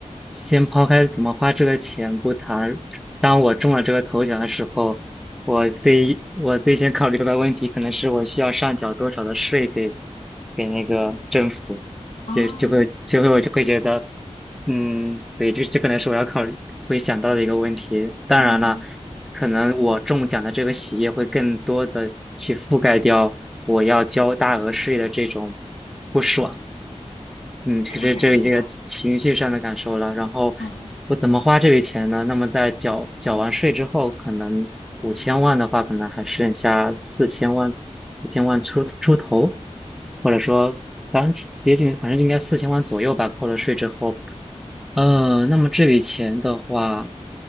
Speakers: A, in the centre; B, on the left.
A: 先抛开怎么花这个钱不谈，当我中了这个头奖的时候，我最我最先考虑到的问题可能是我需要上缴多少的税给给那个政府，
B: 啊，
A: 就就会就会我就会觉得，嗯，对，这这可能是我要考虑会想到的一个问题。当然了，
B: 嗯，
A: 可能我中奖的这个喜悦会更多的去覆盖掉我要交大额税的这种不爽。嗯，可是这这个情绪上的感受了。
B: 哎那肯定的，
A: 然后
B: 嗯，
A: 我怎么花这笔钱呢？那么在缴缴完税之后，可能五千万的话，可能还剩下四千万，四千万出出头，或者说三千，接近，反正应该四千万左右吧。扣了税之后，呃，那么这笔钱的话，